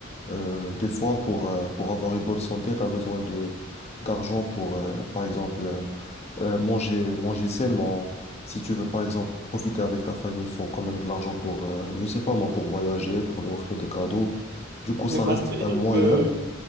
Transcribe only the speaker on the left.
euh, des fois, pour, euh, pour avoir une bonne santé, tu as besoin de d'argent pour, euh, par exemple, euh, euh, manger, manger sainement. Si tu veux, par exemple, profiter avec ta famille, il faut quand même de l'argent pour, euh, je sais pas moi, pour voyager, pour leur offrir des cadeaux. Du coup,
ça reste
un moyen.